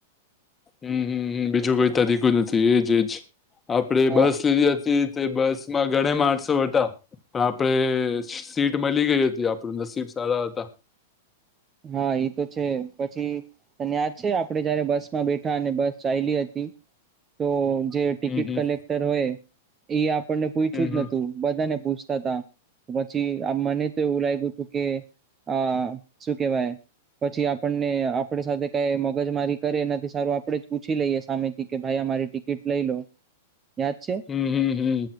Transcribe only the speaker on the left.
હમ હમ બીજું કોઈ તરીકું નથી એજ એજ આપડે
બસ લીધી હતી તે બસમાં ગણા માણસો વટા પણ આપડે સીટ મળી ગઈ હતી આપણું નસીબ સારા હતા
હમ
હમ
હમ
હમ હમ હમ